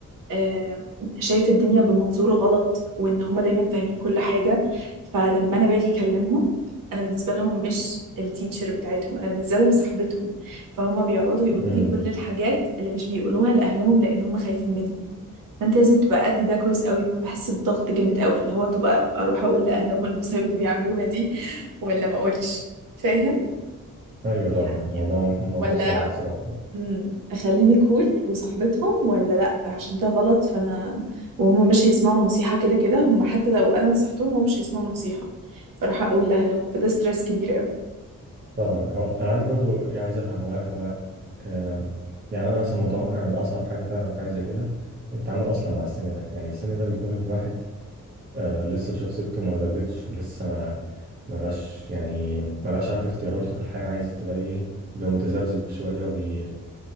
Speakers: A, on the right; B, on the right.
A: آه، شايف الدنيا بمنظور غلط وان هما دايما فاهمين كل حاجة فلما انا باجي اكلمهم انا بالنسبة لهم مش التيتشر بتاعتهم انا بالنسبة لهم صاحبتهم فهما بيقعدوا يقولوا
B: امم
A: لي كل الحاجات اللي مش بيقولوها لأهلهم لأن هما خايفين منهم فأنت لازم تبقى قد ده كويس قوي فأنا بحس بضغط جامد قوي اللي هو تبقى أروح أقول لأهلهم المصايب اللي بيعملوها دي ولا ما أقولش فاهم
B: ايوه
A: يعني
B: طبعا موضوع موضوع
A: ولا
B: صعب الصراحة
A: مم، أخليني كول وصاحبتهم ولا لأ عشان ده غلط فأنا وهم مش هيسمعوا النصيحة كده كده هم حتى لو أنا نصحتهم هم مش هيسمعوا النصيحة فراح أقول لأهلهم فده ستريس كبير قوي
B: طبعا هو انا عندي برضو يعني عايز افهم هو هو آم، يعني انا مثلا متوقع ان اصعب حاجة فعلا في حاجة زي كده التعامل اصلا مع السن ده يعني السن ده بيكون الواحد آه، لسه شخصيته ما نضجتش ولسه ما ما بقاش يعني ما بقاش عارف اختياراته في الحياة عايز تبقى ايه بيبقى متذبذب شوية بيعمل